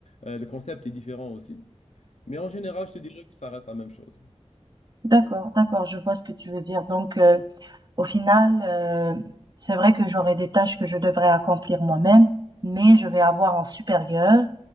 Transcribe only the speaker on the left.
Euh, le concept est différent aussi. Mais en général, je te dirais que ça reste la même chose.